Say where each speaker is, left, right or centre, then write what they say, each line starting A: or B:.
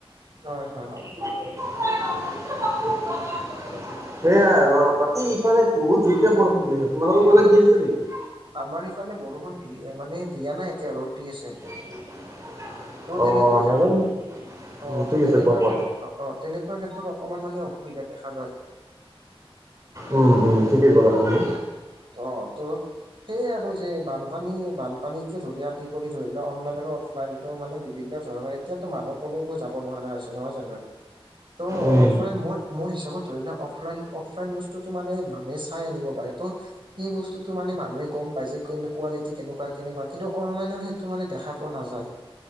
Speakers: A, on the right; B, on the right.
A: হয়- হয়- হয়।
B: <unintelligible>
A: ত
B: সেয়াই আৰু, বাকি ইফালে বহুত জোৰকে বৰষুণ দিছে। তোমালোকৰফালে দি আছে নেকি?
A: আমাৰ ইফালে বৰষুণ দিয়ে মানে, দিয়া নাই এতিয়া। ৰ'দ দি আছে।
B: <inaudible>
A: ত'
B: অ,
A: তেনেকুৱা ক্ষেত্ৰত
B: নাজানো।
A: অ',
B: উম, ঠিক
A: ত' তেনেকুৱা
B: আছে, কোৱা- কোৱা।
A: ক্ষেত্ৰত অ', অ', তেনেকুৱা ক্ষেত্ৰত অকমান মানে অসুবিধা দেখা যায়।
B: উম- উম। ঠিকে ক'লা তুমি।
A: অ, তইয়ো সেইয়েই আৰু যে বানপানী- বানপানীকে ধৰি আদি কৰি ধৰি ললে অনলাইন আৰু অফলাইনতো মানে বিভিন্ন ধৰণৰ এতিয়াতো মানুহ কলৈকো যাব নোৱাৰা হৈছে, নহয় জানো? তো,
B: উম
A: অফলাইন মো- মোৰ হিচাপত ধৰি লওঁক, অফলাইন অফলাইন বস্তটো মানে মে চাই আনিব পাৰে। ত' সেই বস্তুটো মানে মানুহে বাহ্যিক কোৱালিটি কেনেকুৱা- কেনেকুৱা, কিন্তু অনলাইনত সেইটো মানে দেখা পোৱা নাযায়।